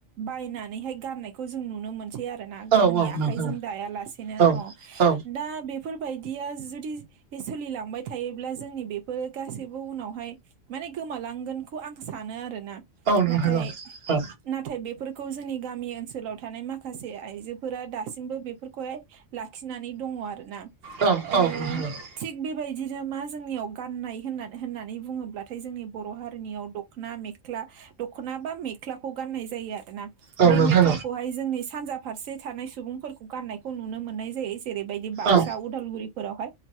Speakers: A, on the right (about 85°); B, on the right (about 50°).
A: बायनानैहाय गाननायखौ जों नु नो मोनसै आरोना
B: औ
A: गावनि आखाइजों
B: नोंथां
A: दाया लासेनो
B: औ औ
A: दा बेफोरबायदिया जुदि सोलिलांबाय थायोब्ला जोंनि बेफोर गासैबो उनावहाय माने गोमालांगोनखौ आं सानो आरोना
B: औ नोंथां
A: नाथाय
B: औ औ
A: नाथाय बेफो खौ जोंनि गामि ओनसोलाव थानाय मा खासे आइजोफोरा दासिमबो बेफोरखौहाय लाखिनानै दङ आरोना ओ
B: औ औ नोंथां
A: थिग बेबायदिनो मा जोंनियाव गाननाय होनना होननानै बुङोब्लाथाय जोंनि बर' हारिनियाव द' दख'ना मेख्ला दख'ना बा मेख्लाखौ गाननाय जायो आरो ना
B: औ
A: बे
B: नोंथां
A: मेख्लाखौहाय जोंनि सानजा फारसे थानाय सुबुंफोरखौ गाननायखौ नुनो मोननाय जायो जेरैबायदि बाक्सा,
B: औ
A: उ उदालगुरिफोरावहाय